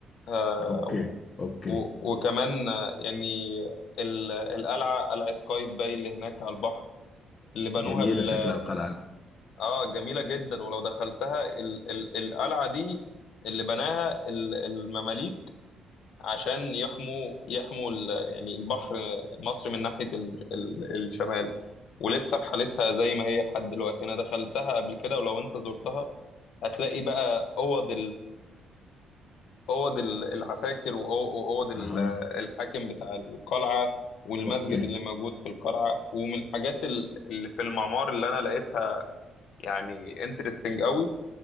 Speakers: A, on the left; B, on the left.
A: آه،
B: اوكي اوكي
A: و- وكمان آه، يعني ال- القلعة قلعة قايتباي اللي هناك على البحر اللي بنوها
B: جميلة
A: ال-
B: شكلها القلعة دي
A: اه جميلة جدا ولو دخلتها ال ال القلعة دي اللي بناها ال- المماليك عشان يحموا يحموا ال- يعني البحر مصر من ناحية ال ال الشمال ولسه بحالتها زي ما هي لحد دلوقتي انا دخلتها قبل كده ولو انت زرتها هتلاقي بقى اوض اوض ال- العساكر وأو- واوض ال-
B: اها
A: الحاكم بتاع القلعه والمسجد
B: اوكي
A: اللي موجود في القلعه ومن الحاجات ال- اللي في المعمار اللي انا لقيتها يعني انترستنج قوي